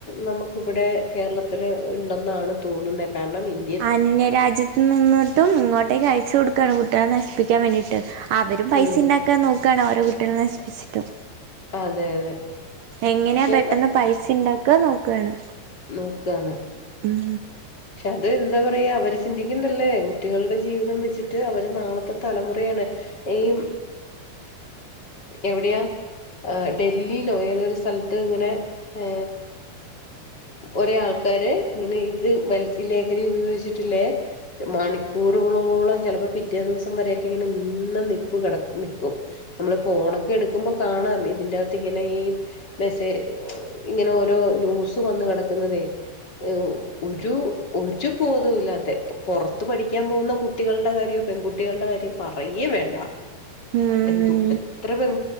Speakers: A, on the left; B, on the right.
A: നമുക്കിവിടെ കേരളത്തിൽ ഇണ്ടന്നാണ് തോന്നുന്നേ കാരണം ഇൻ
B: അന്യ രാജ്യത്ത് നിന്നിട്ടും ഇങ്ങോട്ടേക്ക് അയച്ച് കൊടുക്കുകയാണ് കുട്ടികളെ നശിപ്പിക്കാൻ വേണ്ടിട്ട്. അവരും പൈസ
A: ഉം
B: ഉണ്ടാക്കാൻ നോക്കാണ് ഓരോ കുട്ടികളെ നശിപ്പിച്ചിട്ടും
A: അതെ അതെ
B: എങ്ങനെയാ
A: പക്ഷെ
B: പെട്ടെന്ന് പൈസ ഇണ്ടാക്ക നോക്കയാണ്
A: നോക്കാണ്
B: ഉം
A: പക്ഷെ അത് എന്താ പറയാ അവര് ചിന്തിക്കൻണ്ടല്ലേ കുട്ടികളുടെ ജീവിതം വെച്ചിട്ട് അവര് നാളത്തെ തലമുറയാണ് എ ഉം എവിടെയാ? ആ ഡൽലിലോ ഏതൊരു സ്ഥലത്ത് ഇങ്ങനെ ഏ ഒരേ ആൾക്കാര് ഇങ്ങനെ ഇത് വലിച്ച് ലഹരി ഉപയോഗിച്ചിട്ടില്ലേ മണിക്കൂറുകളോളം ചിലപ്പോ പിറ്റേ ദിവസം വരെയൊക്കെ ഇങ്ങനെ നിന്ന നിപ്പ് കെടക്കും നിക്കും നമ്മള് ഫോണൊക്കെ എടുക്കുമ്പോ കാണാം ഇതിന്റെകത്ത് ഇങ്ങനെ ഈ മെസ്സ ഇങ്ങനെ ഓരോ ന്യൂസ് വന്ന് കിടക്കുന്നതേ ഉം ഒരു ഒരു ബോധവും ഇല്ലാത്തെ പുറത്ത് പഠിക്കാൻ പോകുന്ന കുട്ടികളുടെ കാര്യോ പെൺകുട്ടികളുടെ കാര്യോ പറയേ വേണ്ട
B: ഉം
A: എന്തു എത്ര പെൺ